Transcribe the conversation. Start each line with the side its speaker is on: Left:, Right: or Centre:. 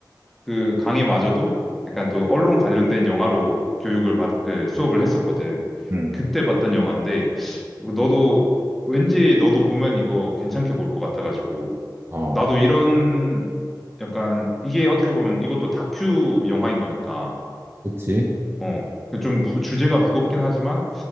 Centre: 그 강의마저도 약간 또 언론 관련된 영화로 교육을 받, 그 수업을 했었거든.
Right: 음,
Centre: 그때 봤던 영화인데 너도 왠지 너도 보면 이거 괜찮게 볼 것 같아가지고
Right: 어,
Centre: 나도 이런 약간 이게 어떻게 보면 이것도 다큐 영화인 거니까
Right: 그렇지.
Centre: 어. 좀 무, 주제가 무겁긴 하지만